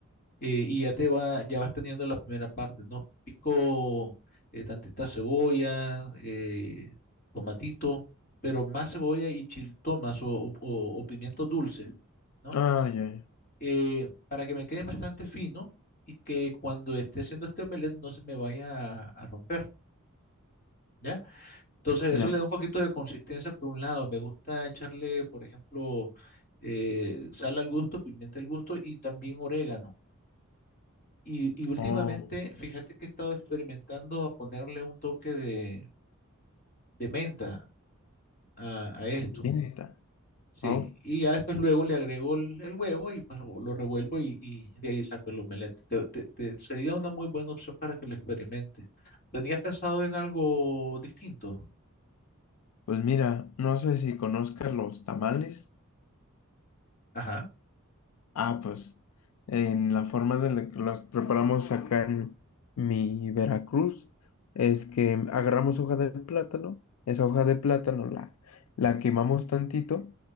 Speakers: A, on the left; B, on the left.
A: eh, y ya te va, ya vas teniendo la primera parte, ¿no? Pico eh, tantita cebolla, eh, tomatito, pero más cebolla y chiltomas o, o, o- o pimientos dulces, ¿no?
B: Ah, ya,
A: Eh, para que me queden bastante fino y que cuando esté haciendo este omelette no se me vaya a, a romper, ¿ya? Entonces
B: ya.
A: eso le da un poquito de consistencia por un lado. Me gusta echarle, por ejemplo, eh, sal al gusto, pimienta al gusto y también orégano. Y, y últimamente,
B: Oh,
A: fíjate que he estado experimentando a ponerle un toque de, de menta a, a esto.
B: venta.
A: Sí,
B: Oh,
A: y ya después luego le agrego el, el huevo y pues lo lo revuelvo y, y de ahí saco el omelette. Te- te- te- sería una muy buena opción para que lo experimentes. ¿Tenías pensado en algo distinto?
B: pues mira, no sé si conozcas los tamales.
A: Ajá.
B: Ah, pues en la forma de la que las preparamos acá en mi Veracruz es que agarramos hoja de plátano, esa hoja de plátano la, la quemamos tantito